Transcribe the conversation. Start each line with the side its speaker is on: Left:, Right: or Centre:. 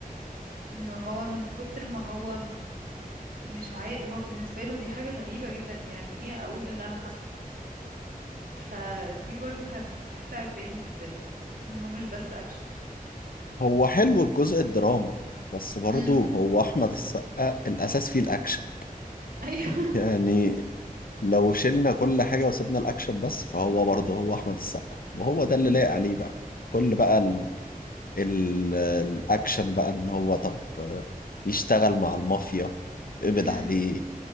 Right: انه هو من كتر ما هو مش عاي... هو بالنسبة له دي حاجة غريبة جدا يعني ايه اقول اللي انا حاسه فدي برضو كانت حتة عجباني في الفيلم ان هو مش بس اكشن
Left: هو حلو الجزء الدراما بس برضه
Right: امم
Left: هو أحمد السقا الأساس فيه الأكشن
Right: <laughs> ايوه
Left: يعني لو شلنا كل حاجة وسبنا الأكشن بس فهو برضه هو أحمد السقا وهو ده اللي لايق عليه بقى كل بقى ال... ال... الأكشن بقى إن هو طب آه، يشتغل مع المافيا يتقبض
Right: امم
Left: عليه